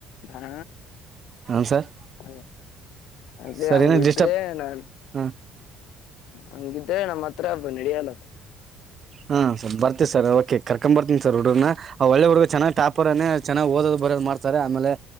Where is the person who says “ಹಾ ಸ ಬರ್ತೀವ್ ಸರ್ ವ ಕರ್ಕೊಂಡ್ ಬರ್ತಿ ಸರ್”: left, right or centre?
Right